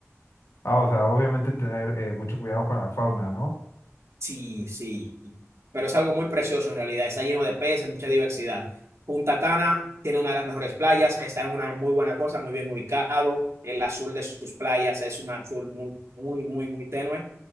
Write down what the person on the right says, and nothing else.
Sí, sí, pero es algo muy precioso en realidad. Está lleno de peces, mucha diversidad. Punta Cana tiene una de las mejores playas, está en una muy buena cosa, muy bien ubicado. El azul de sus playas es un azul muy, muy, muy, muy tenue.